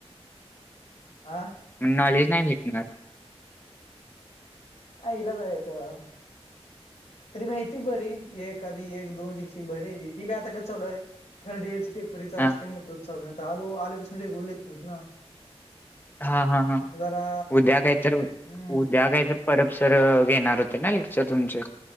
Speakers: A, on the left (about 85°); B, on the left (about 20°).
A: <inaudible> आ
B: म नॉलेज नाही भेटणार
A: काय इलाज आहे त्याला तरी माहिती बरी एक आधी एक दोन शिक्षिक बर त ती बी आता का चल थर्ड ईअर टेम्पलरी चालू
B: ह
A: असल्यामुळे महत्त्वाच चालू नाहीतर आज आल्यापासून रेग्युलर लेक्चर होते ना.
B: हा हा हा
A: आता जरा
B: उद्या काही तर
A: हम्म
B: उद्या काही तर परबसर घेणार होते ना सर् तुमचे